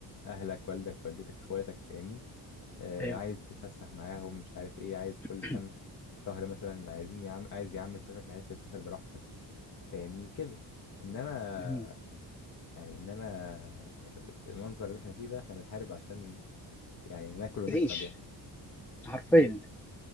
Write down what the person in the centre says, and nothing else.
ايوه
<clears throat>
أمم.
تعيش
حرفيا